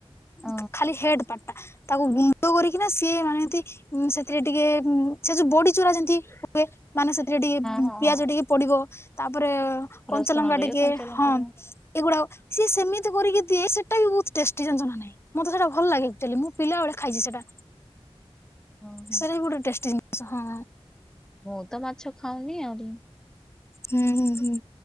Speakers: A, in the centre; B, on the left (about 25°).
A: ହ
B: ଖା-ଖାଲି ହେଡ ପାଟଟା ତାକୁ ଗୁଣ୍ଡ କରିକିନା ସିଏ ମାନେ ଏମିତି। ଉଁ ସେଥିରେ ଟିକେ ଉଁ ସେ ଯୋଉ ବଡି ଚୁରା ଯେମିତି ହୁଏ ମାନେ ସେ ସେଥିରେ ଟିକେ
A: ହଁ ହଁ
B: ଉଁ
A: ହଁ
B: ପିଆଜ ଟିକେ ପଡିବ ତାପରେ
A: ରସୁଣ
B: କଞ୍ଚାଲଙ୍କା
A: ଟେ
B: ଟିକେ
A: କଞ୍ଚା ଲଙ୍କା
B: ହଁ।
A: ଟେ
B: ଏଗୁଡାକ ସିଏ ସେମିତି କରିକି ଦିଏ ସେଟା ବି ବହୁତ ଟେଷ୍ଟି ଜାଣିଚ ନା ନାହିଁ? ମତେ ସେଇଟା ଭଲ ଲାଗେ ଆକ୍ଚୁଆଲି ମୁଁ ପିଲାବେଳେ ଖାଇଛି ସେଇଟା।
A: ହଁ ହଁ
B: ସେଇଟା ହିଁ ଗୋଟେ ଟେଷ୍ଟି ଜିନିଷ ହଁ।
A: ମୁଁ ତ ମାଛ ଖାଉନି ଆହୁରି।
B: ହୁଁ ହୁଁ ହୁଁ